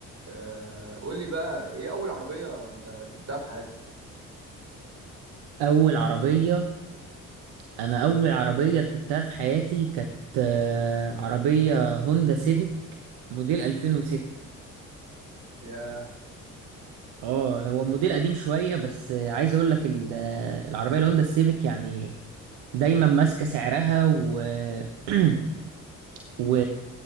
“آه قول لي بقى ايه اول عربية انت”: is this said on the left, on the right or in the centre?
Right